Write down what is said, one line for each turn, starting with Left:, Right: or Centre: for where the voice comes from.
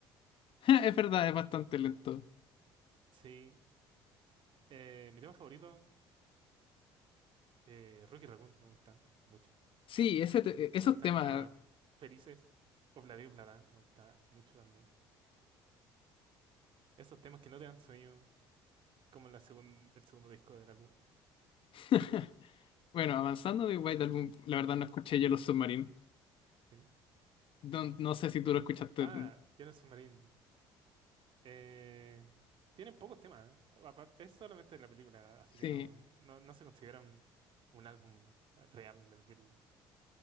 Left: <laughs> Es verdad, es bastante lento.
Right: Sí, eh, mi tema favorito, eh, Rocky Raccoon, me gusta mucho.
Left: Sí, ese te- esos
Right: Me gustan
Left: temas.
Right: los temas felices, Obladi Oblada, me gusta mucho también. Esos temas que no te dan sueño, como la segun- el segundo disco del álbum.
Left: <laughs> Bueno, avanzando de White Album, la verdad no escuché Yellow Submarine.
Right: Sí.
Left: No, no sé si tú lo escuchaste.
Right: Ah, Yellow Submarine, Eh, tienen pocos temas. ¿eh? Apar- Es solamente de la película, así que
Left: Sí,
Right: no, no, no se considera un, un álbum real de los Beatles.